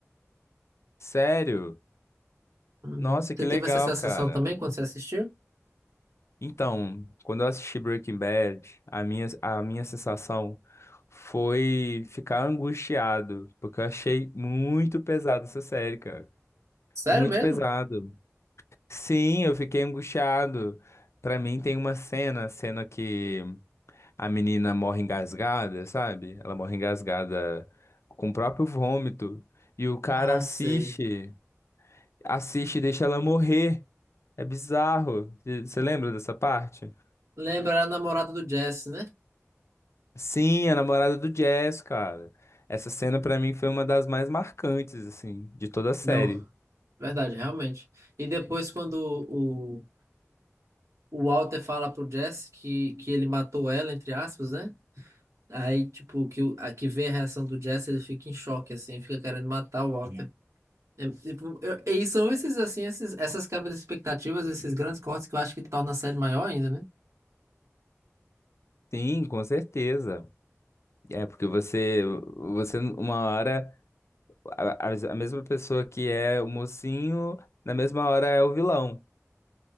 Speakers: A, on the left (about 60°); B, on the right (about 70°).
A: Sério?
B: Uhum.
A: Nossa,
B: Você
A: que
B: teve
A: legal,
B: essa sensação
A: cara.
B: também quando você assistiu?
A: Então, quando eu assisti Breaking Bad, a minha, a minha sensação foi ficar angustiado, porque eu achei muito pesado essa série, cara.
B: Sério
A: Muito
B: mesmo?
A: pesado. Sim, eu fiquei angustiado. Pra mim tem uma cena, a cena que a menina morre engasgada, sabe? Ela morre engasgada com o próprio vômito e o cara
B: Ah,
A: assiste,
B: sei.
A: assiste e deixa ela morrer. É bizarro. Você lembra dessa parte?
B: Lembra a namorada do Jesse, né?
A: Sim, a namorada do Jazz, cara. Essa cena pra mim foi uma das mais marcantes assim de toda a série.
B: Não, verdade, realmente. E depois quando o Walter fala pro Jesse que, que ele matou ela, entre aspas, né? Aí, tipo, que, o- a, que vê a reação do Jesse, ele fica em choque, assim, fica querendo matar o Walter. É, tipo, eu- e são esses, assim, esses, essas quebras de expectativas, esses grandes cortes que eu acho que torna a série maior ainda, né?
A: Sim, com certeza. É porque você você uma hora A, a a mesma pessoa que é o mocinho, na mesma hora é o vilão.